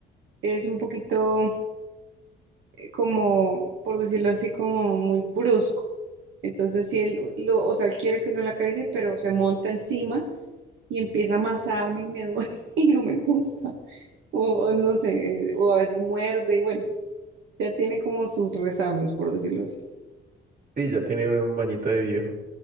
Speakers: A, on the right; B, on the right.
A: es un poquito... como, por decirlo así, como muy brusco. Entonces, si él lo, o sea, él quiere que uno la acaricie, pero se monta encima y empieza a amasarme y me duele <laughs> y no me gusta. O, o no sé, eh, o a veces muerde y bueno, ya tiene como sus resabios, por decirlo así.
B: Sí, ya tiene un mañito de viejo.